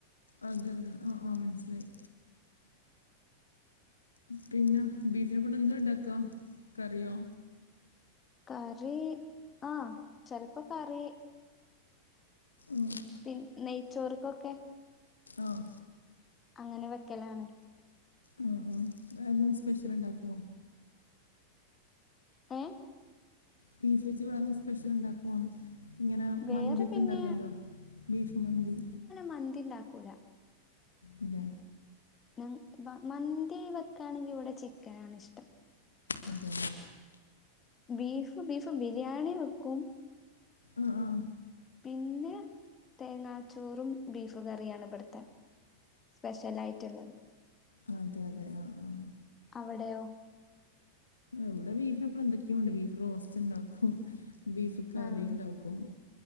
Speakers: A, on the left (about 75°); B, on the left (about 20°).
A: അതെ! ആഹ് ആഹ്.... മനസിലായി. പിന്നെ ബീഫിനെ കൊണ്ടെന്താണ്ടാക്കാ കറിയോ?
B: കറി ആ ചെലപ്പോ കറി.
A: മ്മ്
B: പിൻ നെയ്ച്ചോർക്കൊക്കെ
A: ആഹ്!
B: അങ്ങനെ വെക്കലാണ്.
A: ഉം ഉം വേറെന്തേലും സ്പെഷ്യല്ണ്ടാക്കോ?
B: ഏ
A: ബീഫെച്ച് വേറെ സ്പെഷ്യല്ണ്ടാക്കുവോന്നു? ഇങ്ങനെ
B: വേറെ
A: മന്തി ഒക്കെ
B: പിന്നെ
A: ഉണ്ടാക്കല്ണ്ടോ ബീഫ് മന്തി
B: മന്തി ഉണ്ടാക്കൂല
A: അതെ!
B: ഞ മന്തി വെക്കാണെങ്കി ഇവിടെ ചിക്കനാണിഷ്ടം!
A: അതെ
B: ബീഫ് ബീഫ് ബിരിയാണി വെക്കും.
A: ആഹ്! ആഹ്
B: പിന്നെ തേങ്ങാച്ചോറും ബീഫ് കറിയാണ് ഇവിടുത്തെ- സ്പെഷലായിട്ടുള്ള
A: അതെയതെ! ആഹ്... ആഹ്!
B: അവിടെയോ?
A: ഇവിടെ ബീഫ് എപ്പളു എന്തെക്കോണ്ട് ബീഫ് റോസ്റ്റ് ണ്ടാക്കും ബീഫ് കറിണ്ടാക്കും.
B: ആഹ്